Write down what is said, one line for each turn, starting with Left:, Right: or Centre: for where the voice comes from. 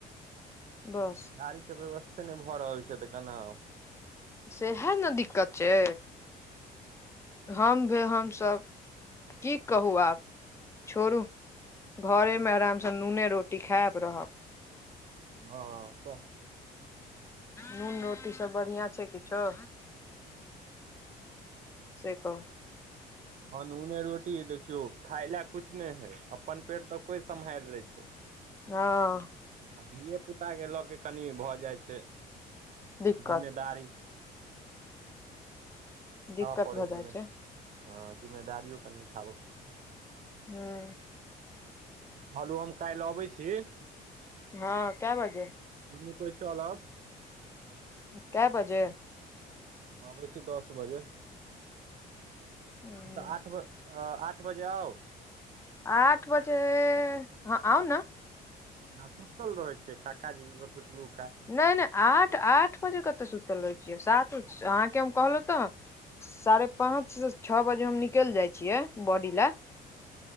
Left: बस
Right: गाड़ी के व्यवस्थे नहि भऽ रहल छै तऽ केना आउ
Left: सेहा ने दिक्कत छै हम हमसभ की कहू आब छोड़ू घरे में आराम सँ नूने रोटी खाएब रहब
Right: ह से
Left: नून रोटी स बढ़िआं छै किछो से कहुं
Right: हन नूने रोटी देखियो खाय ले कुछ ने छै अपन पेट तऽ कोई समहाइर लै छै <unintelligible>
Left: हा
Right: आ धिये पुताक के लऽ के कनि भऽ जाइ छै
Left: दिक्कत
Right: जिम्मेदारी उठाबऽ
Left: दिक्कत
Right: पड़ै
Left: भऽ
Right: हइ जि
Left: जाइ
Right: ह
Left: छै
Right: जिम्मेदारियो कनि उठाब
Left: हुं
Right: कहलू हम काल्हि अबै छी
Left: हाँ कैए बजे
Right: दुनू कोए चलब
Left: क‌ए बजे
Right: आबै छी दस बजे नहि
Left: हूँ,
Right: तऽ आठ बजे अऽ आठ बजे आउ
Left: आठ बजे हाँ आउ ने
Right: आ सुतल रहे छियै काकाजी से पुछलू
Left: नै नै आठ आठ बजे कतऽ सुतल रहै छिय अहाँ के हम कहलहुँ तऽ साढ़े पांच से छः बजे हम निकलि जाइ छियै बॉडी लए